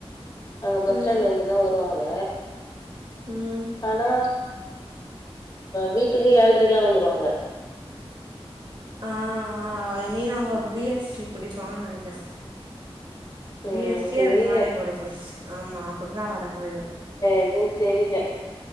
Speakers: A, on the left; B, on the right.
A: அங்க பஸ்
B: ம்
A: ஸ்டாண்ட் வந்துதான் வ ருவாங்க
B: ம்
A: ஆனா வீட்டுக்கு ஏழ்ரைக்குலாம் வந்துருவாங்க
B: ஆ ஆ ஐ மீன் அவுங்க
A: ம்.
B: பிஎஸ்டி புடிப்பாங்கனு நெனைக்கிற
A: ம்
B: பிஎஸ்டி
A: தெரியல.
B: அதுக்கு முன்னாடி போற பஸ் ஆமா அப்படிதான் வர மாரி வரும்
A: எதுன் தெரியல